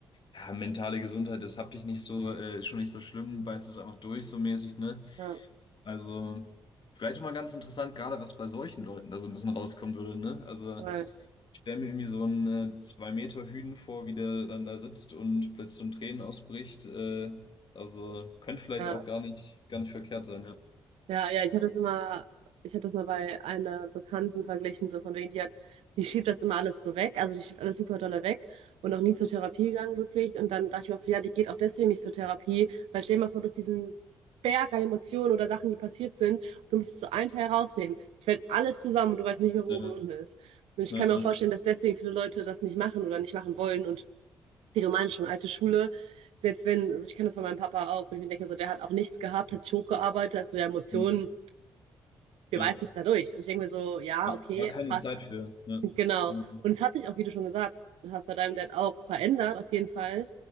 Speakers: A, on the left; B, on the right.
A: ja, mentale Gesundheit, das hab ich nicht so, äh, ist schon nicht so schlimm, beißt es einfach durch, so mäßig, ne?
B: Ja.
A: Also, vielleicht mal ganz interessant, gerade was bei solchen Leuten da so ein bisschen rauskommen würde, ne? Also.
B: Voll.
A: Ich stelle mir irgendwie so einen äh, zwei Meter Hünen vor, wie der dann da sitzt und plötzlich so in Tränen ausbricht. Äh, also könnte vielleicht
B: Ja.
A: auch gar nicht, gar nicht verkehrt sein, ja.
B: Ja, ja, ich habe das immer, ich habe das mal bei einer Bekannten verglichen, so von wegen, die hat, die schiebt das immer alles so weg, also die schiebt alles super dolle weg und noch nie zur Therapie gegangen, wirklich. Und dann dachte ich mir auch so, ja, die geht auch deswegen nicht zur Therapie, weil stell dir mal vor, du hast diesen Berg an Emotionen oder Sachen, die passiert sind, und du musst so einen Teil rausnehmen. Es fällt alles zusammen und du weißt nicht mehr, wo
A: Ja,
B: oben und unten ist. Und ich
A: ja,
B: kann
A: ja.
B: mir auch vorstellen, dass deswegen viele Leute das nicht machen oder nicht machen wollen und wie du meinst, schon alte Schule. Selbst wenn, also ich kenne das von meinem Papa auch, wo ich mir denke, so der hat auch nichts gehabt, hat sich hochgearbeitet, also ja, Emotionen
A: Mhm.
B: wir
A: Ja.
B: beißen jetzt da durch. Und ich denke mir so, ja,
A: War,
B: okay,
A: war keine
B: passt.
A: Zeit für. Ja,
B: Genau.
A: genau.
B: Und es hat sich auch, wie du schon gesagt hast, bei deinem Dad auch verändert, auf jeden Fall.